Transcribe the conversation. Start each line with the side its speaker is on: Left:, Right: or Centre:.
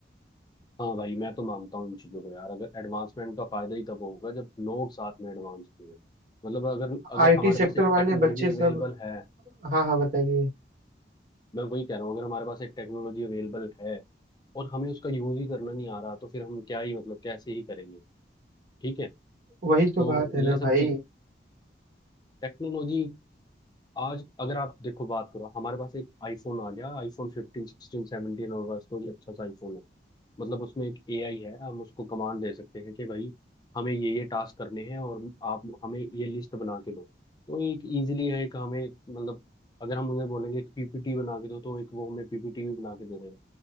Left: हाँ भाई मैं तो मानता हूँ इन चीजों को यार अगर एडवांसमेंट का फायदा ही तब होगा जब लोग साथ में एडवांस हुए मतलब अगर अगर
Right: आईटी
Left: हमारे
Right: सेक्टर
Left: पास एक
Right: वाले
Left: टेक्नोलॉजी
Right: बच्चे
Left: अवेलेबल
Right: सब
Left: है
Right: हाँ हाँ बताइए
Left: मैं वही कह रहा हूँ अगर हमारे पास एक टेक्नोलॉजी अवेलेबल है और हमें उसका यूज ही करना नहीं आ रहा तो फिर हम क्या ही मतलब कैसे ही करेंगे ठीक है
Right: वही तो
Left: तो
Right: बात है
Left: ये
Right: ना
Left: सब
Right: भाई
Left: चीज टेक्नोलॉजी आज अगर आप देखो बात करो हमारे पास एक आईफोन आ गया आईफोन फिफ्टीन सिक्सटीन 17 हमारे पास कोई अच्छा सा आईफोन है मतलब उसमें एक एआई है हम उसको कमांड दे सकते हैं कि भाई हमें ये ये टास्क करने हैं और आप हमें ये लिस्ट बना के दो तो एक इजीली है एक हमें मतलब अगर हम उन्हें बोलेंगे एक पीपीटी बना के दो तो एक वो हमें पीपीटी भी बना के दे देगा